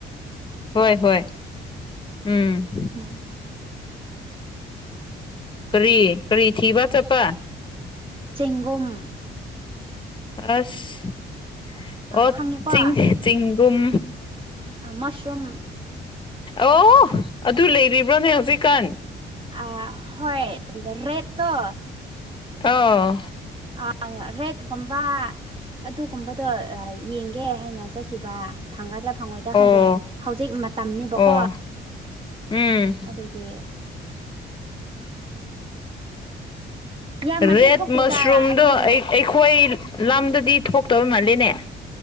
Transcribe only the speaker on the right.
ꯎꯝ
ꯆꯦꯡꯒꯨꯝ
ꯈꯪꯉꯦꯀꯣ
ꯃꯁꯔꯨꯝ
ꯑ ꯍꯣꯏ ꯔꯦꯠꯠꯇꯣ
ꯑ ꯔꯦꯠ ꯀꯨꯝꯝꯕ ꯑꯗꯨꯒꯨꯝꯕꯗꯣ ꯌꯦꯡꯒꯦ ꯍꯥꯏꯅ ꯆꯠꯈꯤꯕ ꯐꯪꯒꯗ꯭ꯔꯥ ꯐꯪꯉꯣꯏꯗ꯭ꯔꯥ ꯈꯪꯗꯦ
ꯍꯧꯖꯤꯛ ꯃꯇꯝꯅꯤꯕꯀꯣ
ꯑꯗꯨꯒꯤ ꯌꯥꯝꯅꯗꯤ
ꯊꯣꯛꯇꯦꯗ
ꯑꯩꯈꯣꯏꯗ